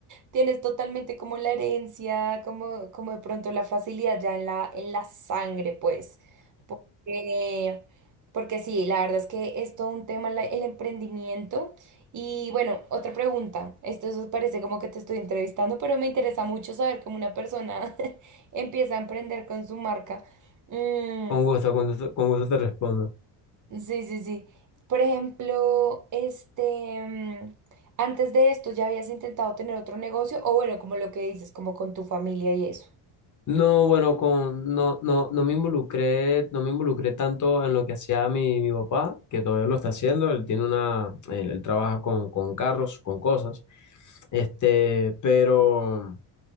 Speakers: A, on the right (about 40°); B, on the left (about 40°).
A: Tienes totalmente como la herencia, como, como de pronto la facilidad ya en la, en la sangre, pues. Porque, porque sí, la verdad es que es todo un tema la- el emprendimiento. Y bueno, otra pregunta. Esto eso parece como que te estoy entrevistando, pero me interesa mucho saber cómo una persona <laughs> empieza a emprender con su marca. Mm,
B: Con gusto, con gusto, con gusto te respondo.
A: Sí, sí, sí. Por ejemplo, este, mm, antes de esto ya habías intentado tener otro negocio, o bueno, como lo que dices, como con tu familia y eso.
B: No, bueno, con, no, no, no me involucré, no me involucré tanto en lo que hacía mi, mi papá, que todavía lo está haciendo, él tiene una, él, él trabaja con, con carros, con cosas, este, pero